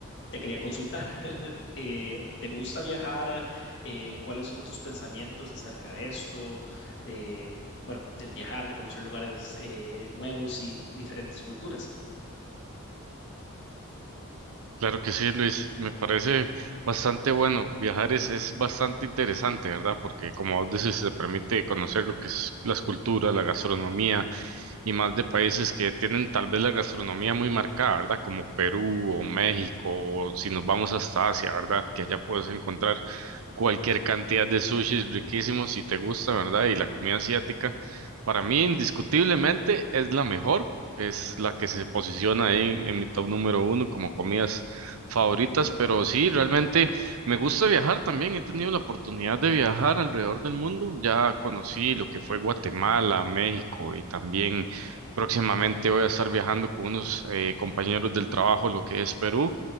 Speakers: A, on the left; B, on the right.
A: te quería consultar, <laughs> eh, ¿te gusta viajar? Eh, ¿cuáles son tus pensamientos acerca de esto? De, bueno, del viajar, de conocer lugares eh, nuevos y diferentes culturas.
B: Claro que sí, Luis. Me parece bastante bueno. Viajar es, es bastante interesante, ¿verdad? Porque como vos decís, se permite conocer lo que es las culturas, la gastronomía y más de países que tienen tal vez la gastronomía muy marcada, ¿verdad? Como Perú o México, o si nos vamos hasta Asia, ¿verdad? Que allá puedes encontrar cualquier cantidad de sushis riquísimos si te gusta, ¿verdad? Y la comida asiática, para mí indiscutiblemente es la mejor. Es la que se posiciona ahí en mi top número uno como comidas favoritas, pero sí, realmente me gusta viajar también. He tenido la oportunidad de viajar alrededor del mundo. Ya conocí lo que fue Guatemala, México y también próximamente voy a estar viajando con unos eh, compañeros del trabajo, lo que es Perú,